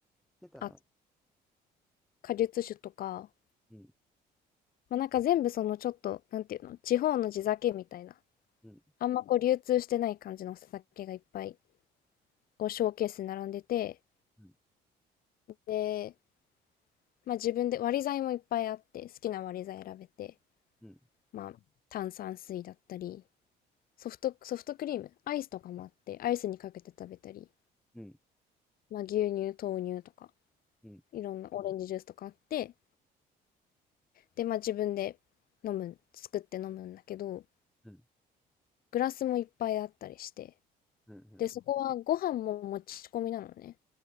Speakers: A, in the centre; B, on the left.
A: 出たな。
B: あ、果実酒とか、
A: うん、
B: まあ、なんか全部そのちょっと、なんていうの、地方の地酒みたいな、
A: うん、
B: あんまこう流通してない感じのお酒がいっぱい、こうショーケースに並んでて、
A: うん、
B: で、まあ自分で割り剤もいっぱいあって、好きな割り剤選べて、
A: うん、
B: まあ炭酸水だったり、ソフト、ソフトクリーム、アイスとかもあって、アイスにかけて食べたり、
A: うん、
B: まあ、牛乳、豆乳とか、
A: うん、うん、
B: いろんなオレンジジュースとかあって、で、まあ、自分で飲む、作って飲むんだけど、
A: うん、
B: グラスもいっぱいあったりして、
A: うん。
B: で、そこはご飯も持ち込みなのね。